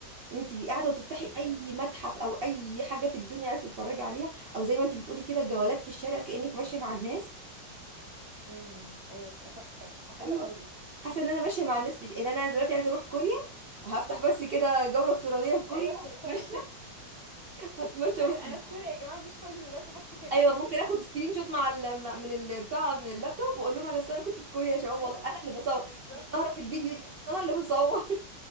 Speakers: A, on the right; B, on the left.
A: ان انت تبقي قاعده وتفتحي
B: الله
A: اي متحف او اي حاجه في الدنيا عايزه تتفرجي عليها او زي ما انت بتقولي كده جولات في الشارع كانك ماشيه مع الناس
B: امم ايوه بتبقى تحفه بتبقى حلوه
A: ايوه
B: قوي
A: حاسه ان انا ماشيه مع الناس في ان انا دلوقتي عايزه اروح كوريا هفتح بس كده جوله افتراضيه في كوريا
B: ايوه تدخلي
A: هتمشى هتمشى
B: <laughs> ايوه
A: وسط
B: انا في كوريا يا جماعه مش فاضيه دلوقتي محدش يكلمني
A: ايوه ممكن اخد سكرين شوت مع ال... مع- من ال- بتاع من اللابتوب واقول لهم انا أصل انا كنت في كوريا يا شباب
B: <laughs> ايوه
A: والله انا اللي بصور
B: بالظبط
A: مش ظاهره في الفيديو دي أصل انا اللي بصور